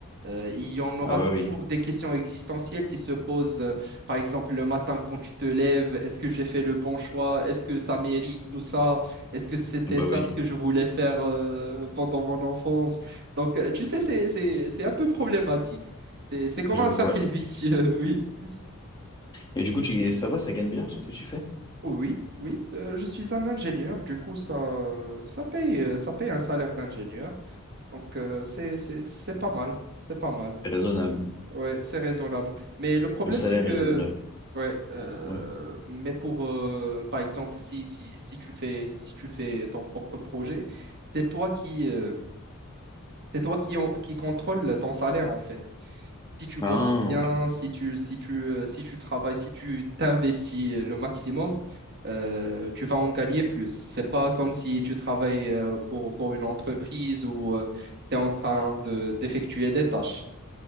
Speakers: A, on the right; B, on the left.
A: Euh, il y en aura
B: Ah, bah
A: toujours
B: oui.
A: des questions existentielles qui se posent, euh, par exemple le matin quand tu te lèves, est-ce que j'ai fait le bon choix? Est-ce que ça mérite tout ça? Est-ce que c'était
B: Bah
A: ça
B: oui,
A: ce que je voulais faire euh, pendant mon enfance? Donc, euh, tu sais, c'est, c'est, c'est un peu problématique. C'est c'est comme
B: je
A: un
B: vois.
A: cercle vicieux, <laughs>
B: Et du coup, tu, ça va, ça gagne bien ce
A: oui.
B: que tu fais?
A: Oui, oui, euh, je suis un ingénieur, du coup ça, ça paye, euh, ça paye un salaire d'ingénieur, donc euh, c'est, c'est, c'est pas mal, c'est pas mal,
B: C'est raisonnable.
A: ouais, c'est raisonnable. Mais le problème
B: Le salaire
A: c'est que,
B: est raisonnable.
A: ouais, euh,
B: Ouais.
A: mais pour, euh, par exemple, si, si, si tu fais, si tu fais ton propre projet, c'est toi qui, euh, c'est toi qui, en- qui contrôle ton salaire en fait si tu
B: Ah,
A: bosses bien, si tu, si tu, euh, si tu travailles, si tu t'investis euh, le maximum, euh, tu vas en gagner plus. C'est pas comme si tu travailles euh, pour, pour une entreprise ou tu es en train de, d'effectuer des tâches.